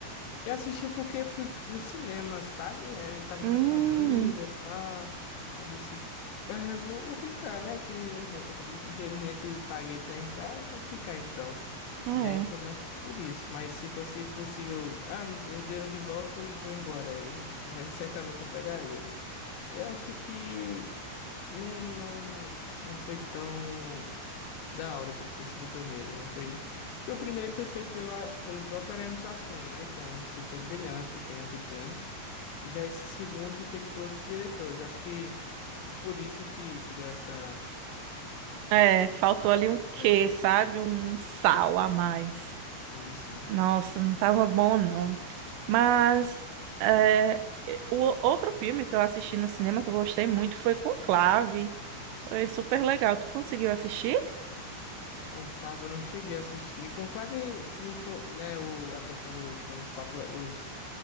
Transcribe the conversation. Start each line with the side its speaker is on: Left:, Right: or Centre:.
Left: Eu assisti porque fui no cinema, sabe? Aí tava
Right: Hum,
Left: com a família, pá. Aí disse, é, vou, vou ficar, né? Que <laughs> infelizmente paguei pra entrar, eu vou ficar então.
Right: é.
Left: E aí foi mais por isso. Mas se fosse possível, ah, me dê o dinheiro de volta e vou embora. Eu, eh, certamente eu pegaria. Eu acho que não, não, não foi tão da hora como ter sido o primeiro. Não foi. Porque o primeiro ele foi feito pela, pelo próprio Ariano Suassuna, né? Que é um escritor brilhante que a gente tem. Já esse segundo foi feito por outros diretores. Acho que foi por isso que, que deu essa
Right: É, faltou ali um
Left: diferença.
Right: quê, sabe? Um sal a mais.
Left: Sim, sim.
Right: Nossa, não tava bom não. Mas é, o outro filme que eu assisti no cinema que eu gostei muito foi Conclave. Foi super legal. Tu conseguiu assistir?
Left: Conclave eu não cheguei a assistir. Conclave foi, foi, né, o, a questão do quando os papas, os